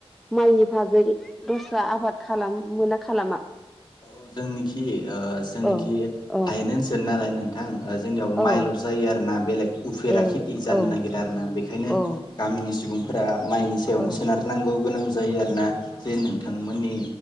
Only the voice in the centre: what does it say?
माइनि भागै दस्रा आबाद खालाम मोना खालामा?
औ औ
औ
ए
औ
औ
औ अ